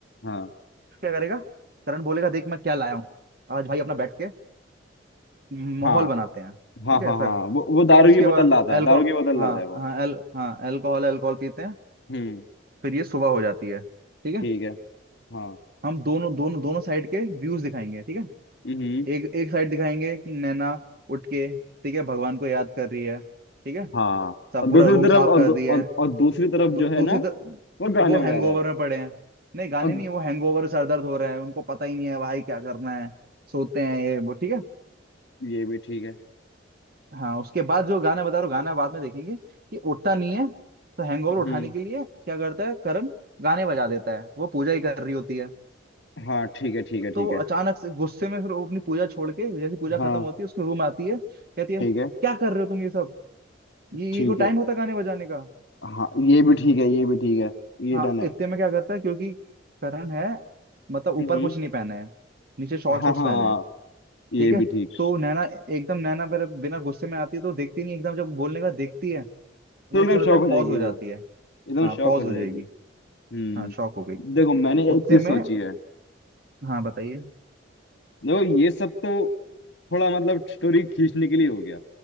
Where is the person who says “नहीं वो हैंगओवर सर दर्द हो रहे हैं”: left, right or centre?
Right